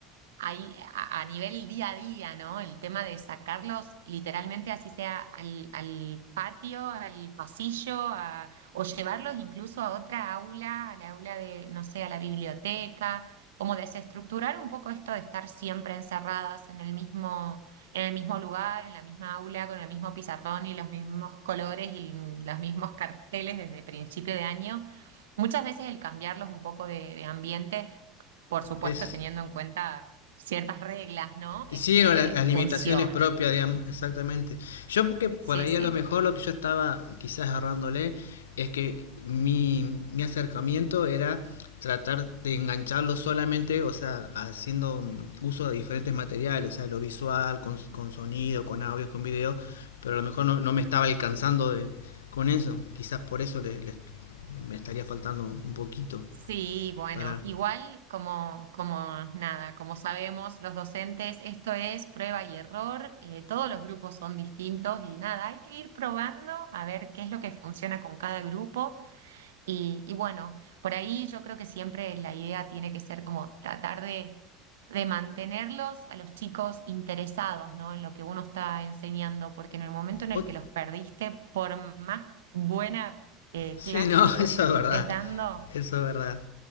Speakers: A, on the right; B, on the left.
A: ahí a, a nivel día a día, ¿no? El tema de sacarlos literalmente así sea al, al patio, al pasillo, a- o llevarlos incluso a otra aula, al aula de, no sé, a la biblioteca, como desestructurar un poco esto de estar siempre encerradas en el mismo, en el mismo lugar, en la misma aula, con el mismo pizarrón y los mismos colores y los mismos carteles desde principio de año. Muchas veces el cambiarlos un poco de de ambiente por supuesto
B: es
A: teniendo en cuenta ciertas reglas, ¿no? Este,
B: Sí, no, la- las limitaciones
A: funciona.
B: propias, digamos, exactamente. Yo porque por
A: Sí,
B: ahí
A: sí.
B: a lo mejor lo que yo estaba quizás agarrándole es que mi, mi acercamiento era tratar de engancharlo solamente, o sea, haciendo mm, uso de diferentes materiales, o sea, lo visual, con, con sonido, con audio, con video, pero a lo mejor no, no me estaba alcanzando de, con eso. Quizás por eso le, le- me estaría faltando un poquito
A: Sí, bueno,
B: para...
A: igual como, como nada, como sabemos los docentes, esto es prueba y error, eh, todos los grupos son distintos y nada, hay que ir probando a ver qué es lo que funciona con cada grupo. Y, y bueno, por ahí yo creo que siempre la idea tiene que ser como tratar de, de mantenerlos a los chicos interesados, ¿no? En lo que uno está enseñando, porque en el momento en
B: ot-
A: el que los perdiste, por más buena eh,
B: Sí,
A: clase
B: no, <laughs>
A: teórica
B: eso es
A: que
B: verdad,
A: estés dando,
B: eso es verdad.